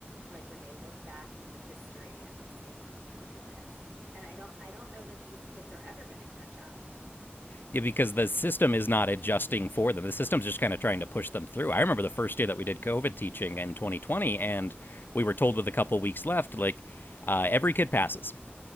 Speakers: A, on the right; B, on the left.
A: like when they look back in the history and they'll say oh look at this and i don't i don't know that these kids are ever going to catch up
B: Yeah, because the system is not adjusting for them. The system's just kind of trying to push them through. I remember the first year that we did COVID teaching in 2020, and we were told with a couple weeks left, like, uh, every kid passes.